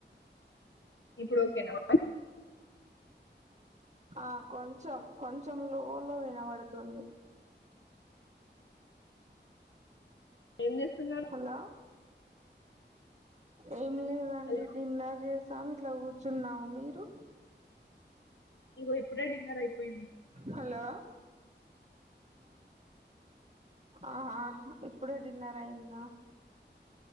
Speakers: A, on the left; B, on the right.
A: ఇప్పుడు ఓకేనావా
B: ఆ కొంచెం కొంచెం లో లో వినబడుతుంది
A: ఏం చేస్తున్నారు
B: హలో ఏం లేదండి
A: హలో
B: డిన్నర్ చేస్ సమిట్లా కూర్చున్నాము మీరు
A: ఇగో ఇప్పుడే డిన్నర్ అయిపోయింది
B: హలో ఆహా ఇప్పుడే డిన్నర్ అయింద